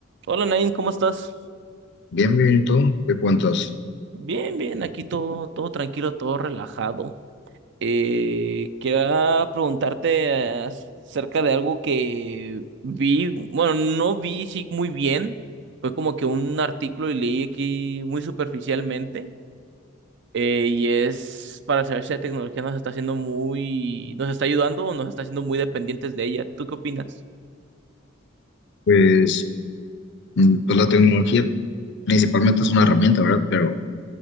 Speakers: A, on the right; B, on the left.
A: Hola Nain, ¿cómo estás?
B: Bien, bien, ¿y tú? ¿Qué cuentas?
A: Bien, bien, aquí todo, todo tranquilo, todo relajado. Eh, quería preguntarte acerca de algo que vi, bueno, no vi sí, muy bien, fue como que un artículo y leí aquí muy superficialmente, eh, y es para saber si la tecnología nos está haciendo muy, nos está ayudando o nos está haciendo muy dependientes de ella. ¿Tú qué opinas?
B: Pues, mm, pues la tecnología principalmente es una herramienta, ¿verdad? Pero